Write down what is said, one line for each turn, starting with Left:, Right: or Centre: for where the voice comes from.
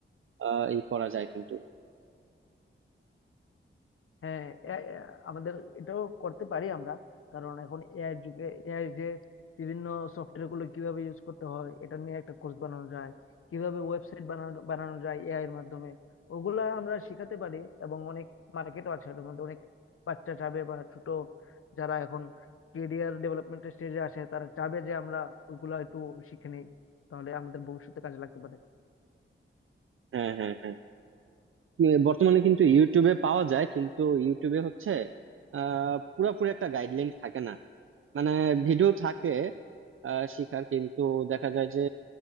Right: আহ, ই করা যায় কিন্তু
Left: হ্যাঁ এ- এ- আমাদের এটাও করতে পারি আমরা কারণ এখন এআই যুগে এআই যে বিভিন্ন সফটওয়্যার গুলো কিভাবে ইউজ করতে হয় এটা নিয়ে একটা কোর্স বানানো যায় কিভাবে ওয়েবসাইট বানানো বানানো যায় এআই এর মাধ্যমে ওগুলা আমরা শিখাতে পারি এবং অনেক মার্কেটও আছে এটার মধ্যে অনেক বাচ্চা চাবে বা ছোট যারা এখন কেরিয়ার ডেভেলপমেন্টের স্টেজে আসে তারা চাবে যে আমরা ওইগুলা একটু শিখে নেই তাহলে আমাদের ভবিষ্যতে কাজে লাগতে পারে
Right: হ্যাঁ হ্যাঁ হ্যাঁ এ, বর্তমানে কিন্তু ইউটিউবে পাওয়া যায় কিন্তু ইউটিউবে হচ্ছে আহ পুরাপুরি একটা গাইডলাইন থাকে না মানে ভিডিও থাকে আহ শিখার কিন্তু দেখা যায় যে